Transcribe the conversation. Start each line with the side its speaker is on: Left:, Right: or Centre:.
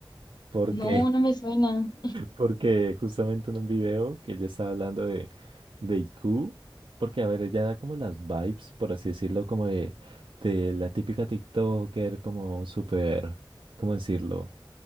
Right: porque
Left: No, no me suena.
Right: Porque justamente en un video que ella estaba hablando de, de IQ, porque a ver, ella da como las vibes, por así decirlo, como de, de la típica TikToker, como súper, ¿cómo decirlo?